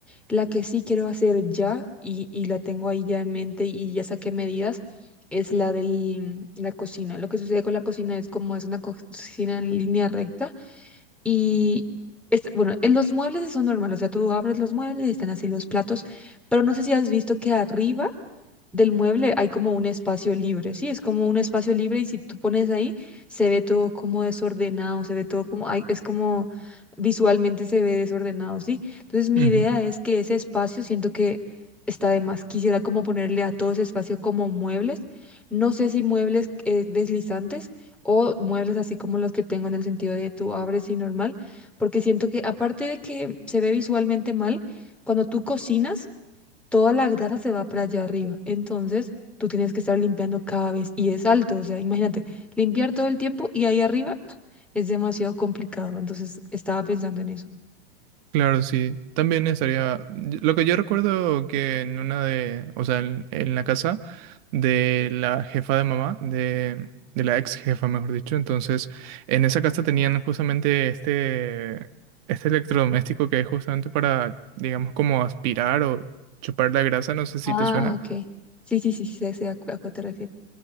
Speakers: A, in the centre; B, on the right.
A: La que sí quiero hacer ya y, y la tengo ahí ya en mente y ya saqué medidas es la de la cocina. Lo que sucede con la cocina es como es una co- cocina en línea recta y es, bueno, en los muebles son normales. O sea, tú abres los muebles y están así los platos, pero no sé si has visto que arriba del mueble hay como un espacio libre, sí, es como un espacio libre y si tú pones ahí, se ve todo como desordenado, se ve todo como, ay, es como visualmente se ve desordenado, sí. Entonces mi
B: Ujú.
A: idea es que ese espacio siento que está de más. Quisiera como ponerle a todo ese espacio como muebles, no sé si muebles eh, deslizantes o muebles así como los que tengo en el sentido de tú abres y normal, porque siento que aparte de que se ve visualmente mal, cuando tú cocinas, toda la grasa se va para allá arriba. Entonces, tú tienes que estar limpiando cada vez y es alto, o sea, imagínate, limpiar todo el tiempo y ahí arriba <sniffs> <tsk> es demasiado complicado. Entonces, estaba pensando en eso.
B: Claro, sí. También estaría. y- Lo que yo recuerdo que en una de. O sea, en, en la casa de la jefa de mamá, de, de la ex jefa, mejor dicho. Entonces, en esa casa tenían justamente este. Este electrodoméstico que es justamente para, digamos, como aspirar o chupar la grasa. No sé si
A: Ah,
B: te suena.
A: ok. Sí, sí, sí, sí, sé, sé a, cu- a cuál te refieres.